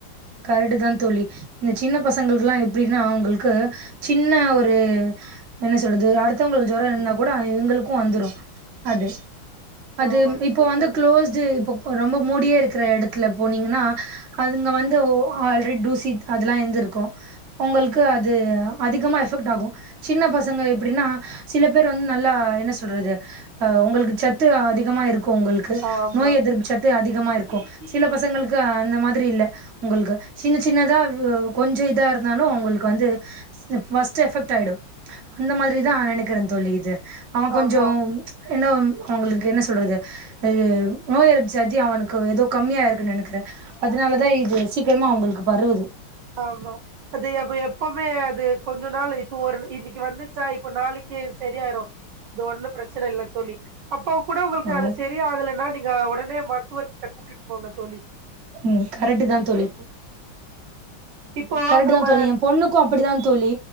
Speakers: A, on the right; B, on the right.
A: கரெக்டு தா தோழி இந்த சின்ன பசங்களுக்குலா எப்டினா அவ்ங்களுக்கு சின்ன ஒரு இப்ப என்ன சொல்றது அடுத்தவ்ங்களுக்கு ஜொர இருந்தாக் கூட ஆ இவ்ங்களுக்கு வந்துரு அது அது
B: ஆமா
A: இப்போ
B: ஆமா
A: வந்து க்ளோஸ் அது இப்ப ரொம்ப மூடியே இருக்குற எடத்துல போனீங்கனா அதுங்க வந்து ஒ ஆல்ரெடி டூசித் அதெல்லா இருந்துருக்கு ஒங்களுக்கு அது அது அதிகமாக எஃபெக்ட் ஆகு சின்ன பசங்க எப்டினா சில பேர் வந்து நல்லா என்ன சொல்றது அ உங்களுக்கு சத்து அதிகமா இருக்கு ஒங்களுக் க்கு
B: ஆமா
A: நோய் எதிர்ப்பு சத்து அதிகமா இருக் க்கு சில பசங்களுக்கு அந்த மாதிரி இல்ல உங்களுக்கு சின்ன சின்னதா வு கொஞ்ச இதா இருந்தாலு அவ்ங்களுக்கு வந்து ம் ஃபஸ்ட்டு எஃபெக்ட் ஆயிடு அந்த மாதிரி தா நெனைக்கிறே தோழி இது அவ கொஞ்சோ
B: ஆமா
A: என்ன அவ்ங்களுக்கு என்ன சொல்றது ஐய நோய் எருப்பு சத்தி அவனுக்கு எதோ கம்மியா இருக்குன் நெனைக்கிறே அதனாலதா இது சீக்கிரமா அவ்ங்களுக்கு பரவுது
B: ஆமா அது அவ எப்போமே அது கொஞ்ச நாள் இப்போ ஒரு இன்னைக்கு வந்துச்சா இப்ப நாளைக்கே இது செரியாயிரு இது ஒன்னு பிரச்சன இல்ல தோழி அப்போ கூட உங்களுக்கு
A: ஆமா
B: அது செரி ரியாகலனா நீங்க ஒடனே மருத்துவர்க் கிட்ட கூட்டிட்டு போங்க தோழி
A: ம் கரெக்ட்டுதா தோழி
B: ம் இப்போ
A: கரெக்ட்டு
B: நம்ம
A: தா தோழி எ பொண்ணுக்கு அப்டிதா தோழி